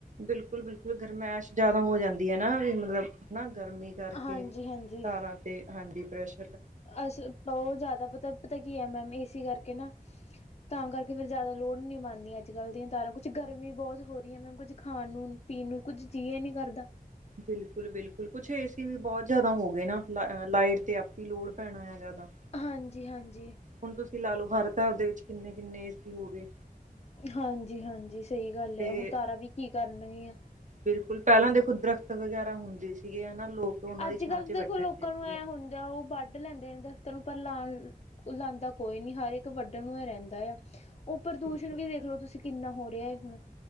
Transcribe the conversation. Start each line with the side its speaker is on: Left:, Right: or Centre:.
Right: ਬਿਲਕੁਲ-ਬਿਲਕੁਲ ਗਰਮੈਸ਼ ਜਿਆਦਾ ਹੋ ਜਾਂਦੀ ਐ ਨਾ, ਵੀ ਮਤਲਬ ਨਾ ਗਰਮੀ? ਕਰਕੇ
Left: ਹਾਂਜੀ-ਹਾਂਜੀ
Right: ਤਾਰਾਂ ਤੇ ਹਾਂਜੀ ਪ੍ਰਸ਼
Left: ਅਸ ਬਹੁਤ ਜ਼ਿਆਦਾ ਪਤਾ-ਪਤਾ ਕੀ ਹੈ ਮੈਮ ਇਸਏ ਕਰਕੇ ਨਾ? ਤਾਂ ਕਰਕੇ ਫੇਰ ਜ਼ਿਆਦਾ ਲੋਡ ਨਹੀਂ ਬਣਦੀਆਂ ਅੱਜ ਕੱਲ ਦੀਆਂ ਤਾਰਾਂ ਕੁੱਛ ਗਰਮੀ ਬਹੁਤ ਹੋ ਰਹੀਆਂ ਮੈਮ ਕੁੱਝ ਖਾਣ ਨੂੰ ਪੀਣ ਨੂੰ, ਕੁਝ ਜੀਅ ਏ ਨੀ ਕਰਦਾ।
Right: ਬਿਲਕੁਲ -ਬਿਲਕੁਲ, ਕੁਛ ਏਸੀ ਵੀ ਬਹੁਤ ਜਿਆਦਾ ਹੋ ਗਏ ਨਾ, ਲ ਲਾਈਟ ਤੇ ਆਪੇ ਹੀ ਲੋਡ ਪੈਣਾ ਹੈਗਾ ਦਾ।
Left: ਹਾਂਜੀ -ਹਾਂਜੀ।
Right: ਹੁਣ ਤੁਸੀਂ ਲਾ ਲਓ ਹਰ ਘਰ ਦੇ ਵਿੱਚ ਕਿੰਨੇ-ਕਿੰਨੇ ਏ ਸੀ ਹੋ ਗਏ।
Left: ਹਾਂਜੀ-ਹਾਂਜੀ, ਸਹੀ ਗੱਲ
Right: ਤੇ
Left: ਆ ਹੁਣ ਤਾਰਾ ਵੀ ਕੀ ਕਰਨਗੀਆਂ?
Right: ਬਿਲਕੁਲ, ਪਹਿਲਾਂ ਦੇਖੋ, ਦਰੱਖ਼ਤ ਵਗੈਰਾ ਹੁੰਦੇ ਸੀਗੇ, ਹਨਾ ਲੋਕ ਉਹਨਾਂ
Left: ਅੱਜ-ਕੱਲ੍ਹ
Right: ਦੀ ਛਾਂ 'ਚ
Left: ਦੇਖੋ,
Right: ਬੈਠੇ
Left: ਲੋਕਾਂ
Right: ਹੁੰਦੇ ਸੀਗੇ
Left: ਨੂੰ ਐਂ ਹੁੰਦਾ ਉਹ ਵੱਢ ਵੱਢ ਲੈਂਦੇ, ਦਰੱਖ਼ਤਾਂ ਨੂੰ ਪਰ ਲਾਉਣ, ਲਾਂਦਾ ਕੋਈ ਨੀ, ਹਰ ਇੱਕ ਵੱਢਣ ਨੂੰ ਈ ਰਹਿੰਦਾ ਆ। ਉਹ, ਪ੍ਰਦੂਸ਼ਣ
Right: ਬਿਲਕੁਲ
Left: ਵੀ ਦੇਖ ਲਓ ਤੁਸੀਂ, ਕਿੰਨਾ ਹੋ ਰਿਹਾ ਹੈ ਹੁਣ।